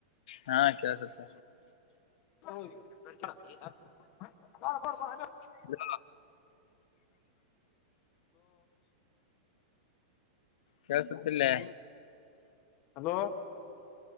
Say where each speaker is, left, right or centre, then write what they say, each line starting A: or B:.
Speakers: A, on the left; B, on the left.
A: ಹಾ ಕಸುತ್ತ
B: ಹ ನ ನಾ
A: ಹಲೋ ಕೆಲ್ಸುತ್ತಲ್ಲೇ
B: ಹಲೋ